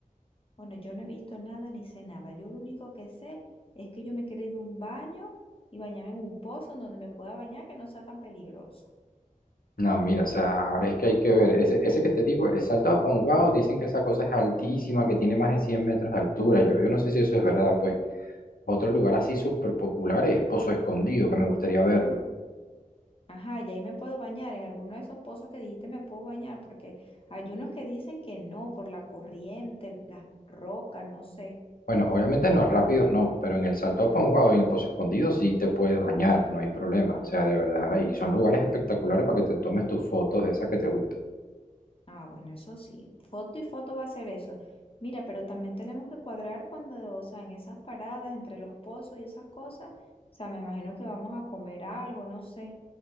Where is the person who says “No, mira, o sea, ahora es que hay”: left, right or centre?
Left